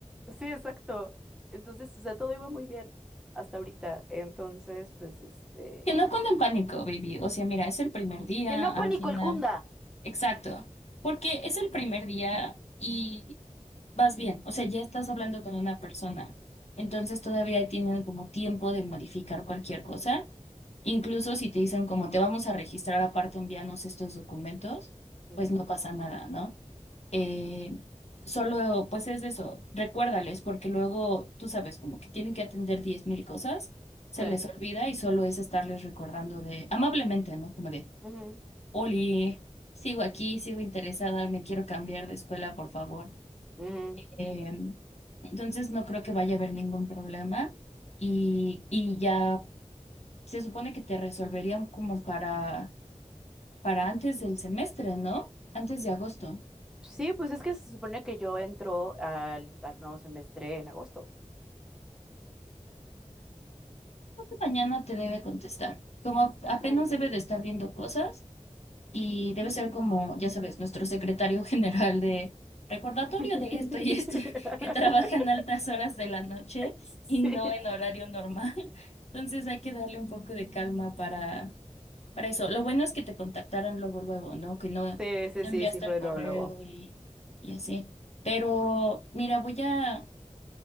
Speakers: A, in the centre; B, on the left.
A: Sí, exacto. Entonces, o sea, todo iba muy bien hasta ahorita. Entonces, pues, este,
B: Que no cuando en pánico, baby. O sea, mira, es el primer día,
A: que no
B: al
A: pánico
B: final.
A: el cunda.
B: Exacto. Porque es el primer día y. vas bien, o sea, ya estás hablando con una persona, entonces todavía tienen como tiempo de modificar cualquier cosa, incluso si te dicen como te vamos a registrar aparte, envíanos estos documentos,
A: Ujú.
B: pues no pasa nada, ¿no? Eh, solo, pues es eso, recuérdales, porque luego, tú sabes, como que tienen que atender 10.000 cosas, se
A: Sí.
B: les olvida y solo es estarles recordando de, amablemente, ¿no? Como de,
A: Ujú.
B: Oli, sigo aquí, sigo interesada, me quiero cambiar de escuela, por favor.
A: Ujú.
B: Eh, entonces no creo que vaya a haber ningún problema y, y ya se supone que te resolverían como para, para antes del semestre, ¿no? Antes de agosto.
A: Sí, pues es que se supone que yo entro al, al nuevo semestre en agosto.
B: Mañana te debe contestar. Como apenas
A: Ah.
B: debe de estar viendo cosas y debe ser como, ya sabes, nuestro secretario <laughs> general de recordatorio
A: <laughs>
B: de esto y esto, <laughs> que trabaja en altas horas de la noche
A: Sí.
B: y no en horario normal. <laughs> Entonces hay que darle un poco de calma para Para eso, lo bueno es que te contactaran luego, luego, ¿no? Que no, no
A: Sí, sí, sí,
B: enviaste
A: sí fue
B: el correo
A: luego, luego.
B: y, y así. Pero mira, voy a,